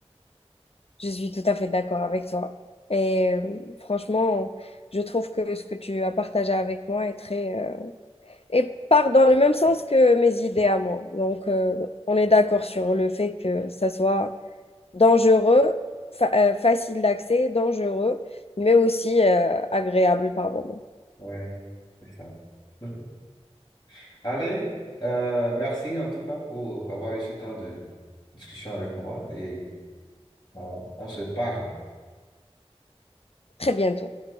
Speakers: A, on the left; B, on the left.
A: Je suis tout à fait d'accord avec toi. Et euh, franchement, je trouve que ce que tu as partagé avec moi est très euh, et part dans le même sens que mes idées à moi. Donc euh, on est d'accord sur le fait que ça soit dangereux, fa- euh, facile d'accès, dangereux, mais aussi euh, agréable par moment.
B: Ouais, c'est ça. <laughs> Allez, euh, merci en tout cas pour avoir eu ce temps de discussion avec moi et on on se parle.
A: Très bientôt.